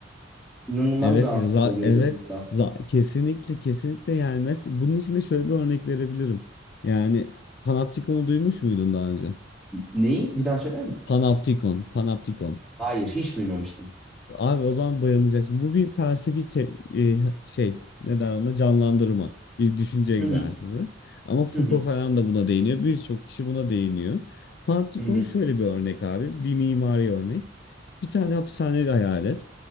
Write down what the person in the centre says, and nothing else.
İnanılmaz
rahatsız
oluyorum
bundan.
Neyi? Bir daha söyler misin?
Hayır, hiç duymamıştım.
Hı hı,
hı hı,
hı hı.